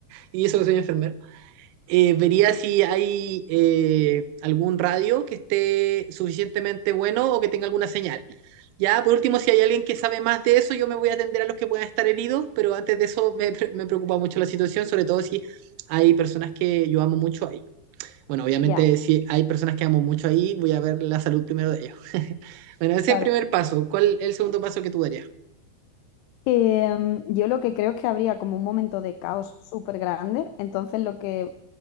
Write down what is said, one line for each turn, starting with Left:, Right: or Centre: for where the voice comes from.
Right: y eso que soy enfermero. eh, vería si hay eh, algún radio que esté suficientemente bueno o que tenga alguna señal. Ya, por último, si hay alguien que sabe más de eso, yo me voy a atender a los que puedan estar heridos, pero antes de eso me, <laughs> pre- me preocupa mucho la situación, sobre todo si hay personas que yo amo mucho ahí. Bueno, obviamente
Left: ya.
Right: si hay personas que amo mucho ahí, voy a ver la salud primero de ellos. <laughs> Bueno, ese es
Left: claro
Right: el primer paso. ¿Cuál es el segundo paso que tú darías?
Left: Em, yo lo que creo es que habría como un momento de caos súper grande, entonces lo que,